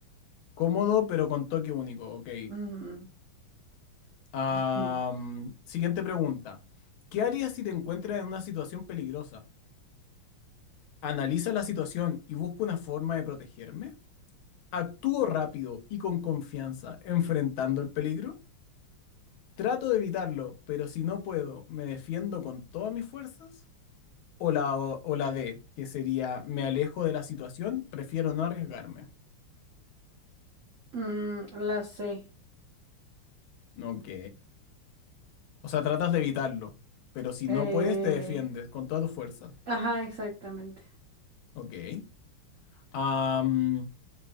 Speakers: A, on the left (about 75°); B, on the right (about 70°).
A: Cómodo, pero con toque único, ok.
B: Mm,
A: Am,
B: <laughs>
A: siguiente pregunta. ¿Qué harías si te encuentras en una situación peligrosa? ¿Analiza la situación y busco una forma de protegerme? ¿Actúo rápido y con confianza enfrentando el peligro? ¿Trato de evitarlo, pero si no puedo, me defiendo con todas mis fuerzas? ¿O la, o, o la D, que sería me alejo de la situación, prefiero no arriesgarme?
B: mm, la C.
A: Ok. O sea, tratas de evitarlo, pero si
B: Eh,
A: no puedes, te defiendes con todas tus fuerzas.
B: ajá, exactamente.
A: Ok. Am,